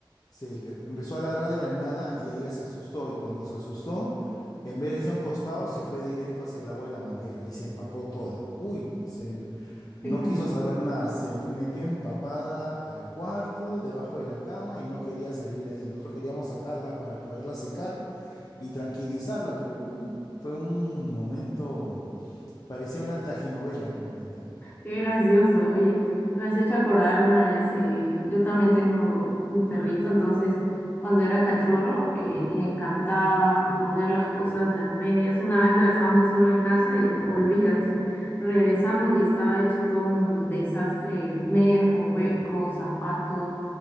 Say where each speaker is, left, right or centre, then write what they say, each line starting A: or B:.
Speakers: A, on the left; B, on the left.
A: se le- empezó a ladrar de la nada y ella se asustó. Y cuando se asustó, en vez de irse a un costado, se fue directo hacia el agua de la manguera y se empapó toda. Uy, se, n- no
B: qué calor.
A: quiso saber nada. Se fue- metió empapada al cuarto, debajo de la cama y no quería salir de ahí. Nosotros queríamos sacarla para poderla secar y tranquilizarla, pero uy, fue un momento, parecía una traginovela realmente.
B: Qué gracioso, oye, me has hecho acordar una vez, eh, yo también tengo un perrito, entonces cuando era cachorro eh, le encantaba morder las cosas, las medias, una vez lo dejamos solo en casa y no, olvídate, regresamos y estaba hecho todo un desastre, medias con huecos, zapatos,